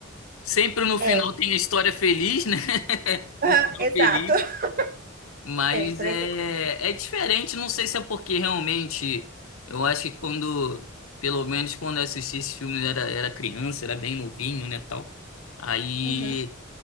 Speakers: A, on the left (about 80°); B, on the right (about 45°).
A: sempre no final
B: É,
A: tem a história feliz, né? <laughs>
B: Aham,
A: O final
B: exato.
A: feliz,
B: <laughs>
A: mas
B: Sempre.
A: é,
B: é igual.
A: é diferente, não sei se é porque realmente eu acho que quando, pelo menos quando eu assisti esses filmes, era, era criança, era bem novinho, né, tal. Aí.
B: Uhum.